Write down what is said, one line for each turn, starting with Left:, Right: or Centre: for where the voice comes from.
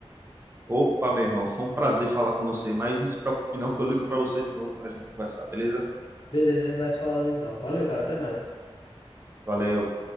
Right: Opa, meu irmão, foi um prazer falar com você, mas não se preocupe não que eu ligo para você de novo para a gente conversar, beleza?
Left: Beleza, a gente vai se falando então. Valeu, cara, até mais.
Right: Valeu.